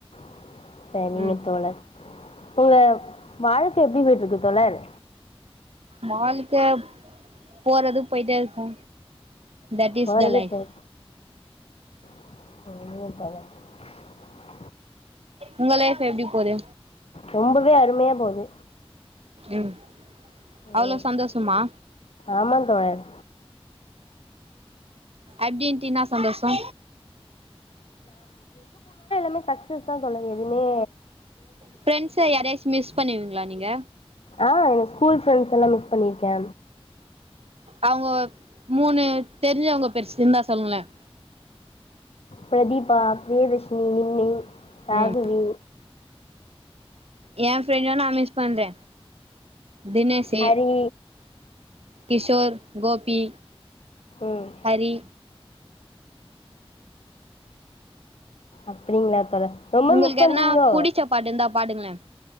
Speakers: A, on the left; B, on the right.
A: <inaudible> செரிங்க
B: ம்
A: தோழர் உங்க வாழ்க்க எப்டி போய்ட்ருக்கு தோழர்
B: வாழ்க்க போறது போய்ட்டே ருக்கோ தட் இஸ்
A: போறதே
B: த லைஃப்
A: போய் <unintelligible>
B: உங்க லைஃப் எப்டி போது
A: ரொம்பவே அருமையா போது
B: ம் அவ்ளோ
A: ம்
B: சந்தோசமா
A: ஆமா தோழர்
B: அப்டீன்ட்டு இன்னா சந்தோஸோ
A: னிமே சக்சஸ்தா தோழரே எதுமே
B: ஃபரெண்ட்ஸ்ஸ யாரையாச்சா மிஸ் பண்ணுவீங்களா நீங்க
A: ஆ எங்க ஸ்கூல் ஃரெண்ட்ஸ் எல்லா மிஸ் பண்ணியிருக்க
B: அவுங்க மூணு தெரிஞ்சவங்க பேரு சிந்தா சொல்லுங்களேன்
A: பிரதீபா பிரியதர்ஷினி நிம்மி ராகவி
B: ம் ஏ ஃப்ரெண்ட நா மிஸ் பண்ற தினேசு
A: ஹரி
B: கிஷோர் கோபி
A: ம்
B: ஹரி
A: அப்டிங்களா தோழர் ரொம்ப
B: உங்களுக்கு
A: மிஸ் பண்றீங்களோ
B: எதனா புடிச்ச பாட்டு இந்தா பாடுங்களேன்